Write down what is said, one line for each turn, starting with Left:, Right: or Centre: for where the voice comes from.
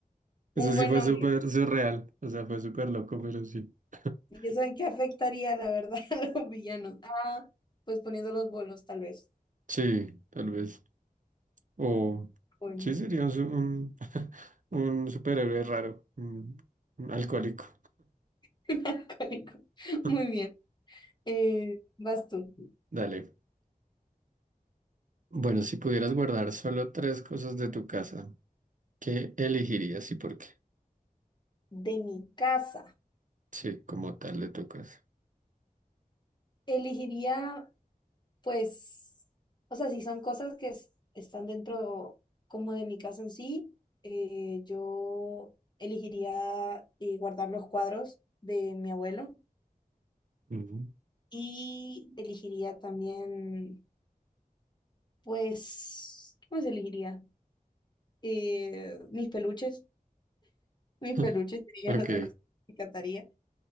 Right: Eso
Left: Un
Right: sí
Left: buen
Right: fue
Left: nombre.
Right: súper surreal, o sea, fue súper loco, pero sí. <laughs>
Left: ¿Y eso en qué afectaría, la verdad, <laughs> a los villanos? Ah, pues poniendo los bolos, tal vez.
Right: Sí, tal vez. O
Left: Bueno,
Right: sí sería un, su- un, <laughs> un superhéroe raro, un, un alcohólico.
Left: <laughs> un alcohólico.
Right: <laughs>
Left: Muy bien. Eh, vas tú.
Right: Dale. Bueno, si pudieras guardar solo tres cosas de tu casa, ¿qué elegirías y por qué?
Left: De mi casa.
Right: Sí, como tal de tu casa.
Left: Elegiría, pues, o sea, si son cosas que es- están dentro como de mi casa en sí, eh, yo elegiría eh, guardar los cuadros de mi abuelo
Right: Ujú.
Left: y elegiría también, pues, ¿qué más elegiría? Eh, mis peluches. Mis
Right: <laughs>
Left: peluches serían
Right: Ok.
Left: otra cosa que rescataría.